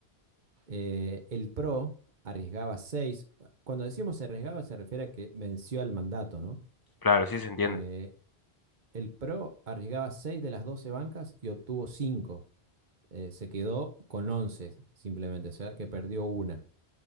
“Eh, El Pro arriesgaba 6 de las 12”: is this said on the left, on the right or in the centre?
Right